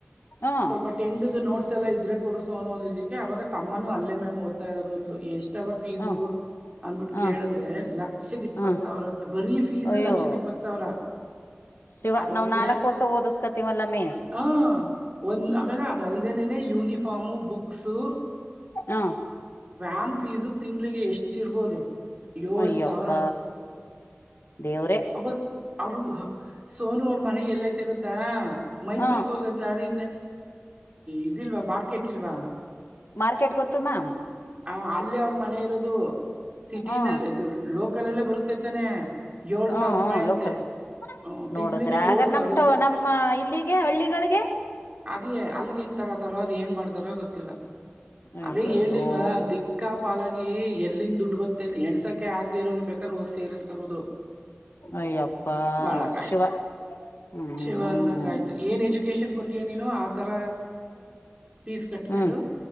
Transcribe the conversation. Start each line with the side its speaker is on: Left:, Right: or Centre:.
Left: ಹ್ಮ
Right: ಸ್ವಲ್ಪ ಟೆಂತ್ ನೋಟ್ಸ್ ಎಲ್ಲ ಇದ್ರೆ ಕೊಡು ಸೋನು ಒಂದು ಇದಕ್ಕೆ ಅವಾಗ ತಮ್ಮನು ಅಲ್ಲೇ ಮ್ಯಾಮ ಓದ್ತಾ ಇರೋದು ಅಂದ್ಲು ಎಷ್ಟವ ಫೀಸು
Left: ಹ್ಮ
Right: ಅನ್ಬಿಟ್ಟು
Left: ಹ್ಮ
Right: ಕೇಳಿದ್ರೆ ಲಕ್ಷದ ಇಪ್ಪತ್
Left: ಹ್ಮ
Right: ಸಾವಿರ ಅಂತ ಬರೀ ಫೀಸು
Left: ಅಯ್ಯೋ
Right: ಲಕ್ಷದ ಇಪ್ಪತ್ ಸಾವಿರ
Left: ಶಿವ
Right: ಅದಲ್ದೆ
Left: ನಾವ್ ನಾಲ್ಕ್ ವರ್ಷ ಓದಿಸಕತಿವಲ್ಲ ಮೇಸ್
Right: ಹ ಒಂದ್ ಆಮೇಲೆ ಅದಲ್ದೆೇ ನೆನೆ ಯೂನಿಫಾರ್ಮು ಬುಕ್ಸು
Left: ಹ್ಮ
Right: ವ್ಯಾನ್ ಫೀಸು ತಿಂಗಳಿಗೆ ಎಷ್ಟ ಇರ್ಬೋದು ಏಳು
Left: ಅಯ್ಯಪ್ಪ
Right: ಸಾವಿರ ಅಂತೆ
Left: ದೇವ್ರೇ
Right: ಒಬ್ಬ ಅವರು ಸೋನು ಅವ್ರ ಮನೆ ಎಲ್ಲೈತೆ ಗೊತ್ತ ತ್ತ ಮೈಸೂರ್ಗ
Left: ಹ
Right: ಹೋಗ ದಾರಿ ಇದಿಲ್ವಾ ಮಾರ್ಕೆಟ್ ಇಲ್ವಾ
Left: ಮಾರ್ಕೆಟ್ ಗೊತ್ತು ಮ್ಯಾಮ್
Right: ಹ ಅಲ್ಲೇ ಅವ್ರ ಮನೆ ಇರೋದು ಸಿಟಿನಲ್ಲಿ
Left: ಹ್ಮ
Right: ಇದು ಲೋಕಲ್ ಅಲ್ಲೇ ಬರುತ್ತ ತಾನೇ ಏಳು
Left: ಹ್ಮ್
Right: ಸಾವಿರ ಅಂತೆ ರೂಪಾಯಿ
Left: ಹ್ಮ್
Right: ಅಂತೆ
Left: ಲೋಕಲ್
Right: ಹ್ಮ ತಿಂಗಳಿಗೆ
Left: ನೋಡುದ್ರ ಆಗ
Right: ಏಳ್ ಸಾವಿರ
Left: ನಮಟ ನಮ್ಮ ಇಲ್ಲಿಗೆ ಹಳ್ಳಿಗಳಿಗೆ
Right: ಅದೇ ಅಲ್ಲಿಗೆ ಹೆಂಗ್ ತಗೋತಾರೋ ಅದು ಏನ್ ಮಾಡ್ತಾರೋ ಗೊತ್ತಿಲ್ಲ
Left: ಅಯ್ಯೋ
Right: ಅದೇ ಹೇಳಲ್
Left: ಅಯ್ಯೋ
Right: ದಿಕ್ಕಾಪಾದಾಗಿ ಎಲ್ಲಿಂದ ದುಡ್ಡು ಬತ್ತೇಲ್ಲಿ ಹೆಣಸಕ ಆಗ್ದ ಇರೋರು ಬೇಕಾದ್ರ ಹೋಗಿ ಸೇಸ್ಕೋಬಹುದು
Left: ಅಯ್ಯಪ್ಪ
Right: ಅ ಬಾಳ ಕಷ್ಟ
Left: ಶಿವ ಹ್ಮ್
Right: ಶಿವ
Left: ಹ್ಮ್
Right: ಅಂದಂಗ ಆಯ್ತು ಏನ್ ಹೆಜು ಅಬ್ಜೆಕ್ಷನ್ ಕೊಟ್ಟಿಯ ನೀನು ಆತರ ಫೀಸ್ ಕಟ್ಕೊಂಡು
Left: ಹ್ಮ್